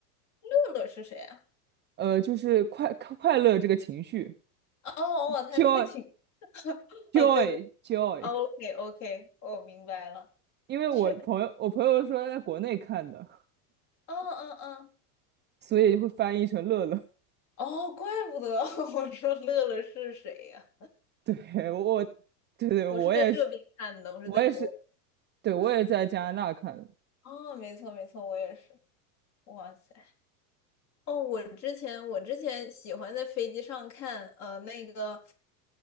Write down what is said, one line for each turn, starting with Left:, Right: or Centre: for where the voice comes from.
Left: 乐乐是谁啊？
Right: 呃，就是快快乐这个情绪
Left: <laughs> 哦哦，他在请
Right: ，joy
Left: 哦，
Right: joy
Left: 对对
Right: joy，
Left: ，OK OK，我明白了，
Right: 因为我朋友我朋友说他在国内看的，
Left: 确，嗯嗯嗯，
Right: 所以会翻译成乐乐。<laughs>
Left: 哦，怪不得 <laughs> 我说乐乐是谁呀、
Right: 对我，我对对，
Left: 我是在这边看的，
Right: 我也是，
Left: 我是在国，
Right: 我也是，对我也在加拿大看的。
Left: 嗯，哦，没错没错，我也是，哇塞。哦，我之前我之前喜欢在飞机上看呃那个